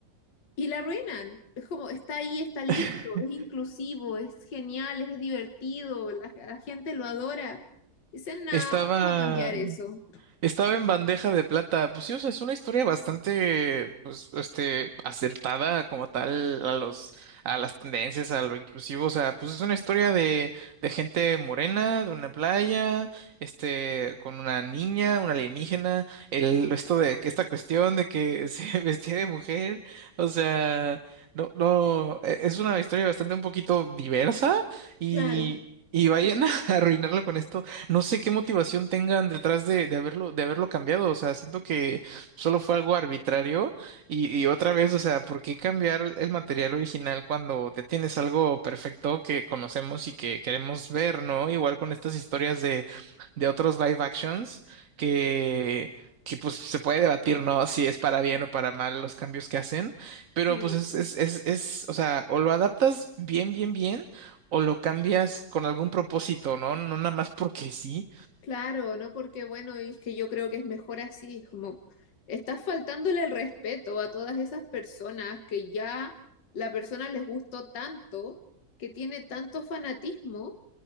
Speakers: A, on the left; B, on the right.
A: y la arruinan. Es como, está ahí, está listo,
B: <laughs>
A: es inclusivo, es genial, es divertido, la, la gente lo adora. Dicen, no,
B: Estaba,
A: vamos a cambiar eso.
B: estaba en bandeja de plata. Pues sí, o sea, es una historia bastante, pues, este, acertada como tal a los, a las tendencias, a lo inclusivo. O sea, pues es una historia de, de gente morena, de una playa, este, con una niña, una alienígena, el, esto de que esta cuestión de que se <laughs> vestía de mujer. O sea, no, no, e- es una historia bastante un poquito diversa y,
A: Claro,
B: y vayan a <laughs> arruinarlo con esto no sé qué motivación tengan detrás de, de haberlo, de haberlo cambiado. O sea, siento que solo fue algo arbitrario. Y, y otra vez, o sea, ¿por qué cambiar el material original cuando te tienes algo perfecto que conocemos y que queremos ver, ¿no? Igual con estas historias de, de otros live actions que. que pues se puede debatir, ¿no? Si es para bien o para mal los cambios que hacen pero
A: sí,
B: pues es es es o o sea o lo adaptas bien bien bien o lo cambias con algún propósito, ¿no? No nada más porque sí.
A: claro, no porque, bueno, y es que yo creo que es mejor así, es como, estás faltándole el respeto a todas esas personas que ya la persona les gustó tanto, que tiene tanto fanatismo